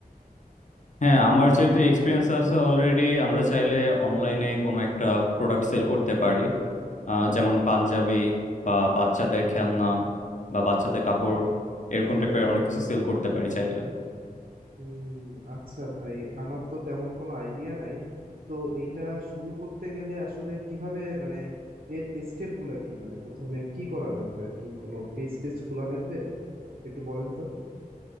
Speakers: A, on the left; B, on the right.
A: হ্যাঁ আমার যেহেতু এক্সপিরিয়েন্স আছে অলরেডি আমরা চাইলে অনলাইনে কোনো একটা প্রোডাক্ট সেল করতে পারি আহ, যেমন পাঞ্জাবি বা বাচ্চাদের খেলনা বা বাচ্চাদের কাপড় এরকম টাইপের অনেক কিছু সেল করতে পারি চাইলে
B: উম আচ্ছা ভাই আমার তো তেমন কোনো আইডিয়া নাই তো এইটা শুরু করতে গেলে আসলে কিভাবে মানে এর স্টেপ গুলা কি মানে প্রথমে কি করা লাগবে আর কি কোনো পেজ টেস্ট খোলা লাগবে একটু বলেন তো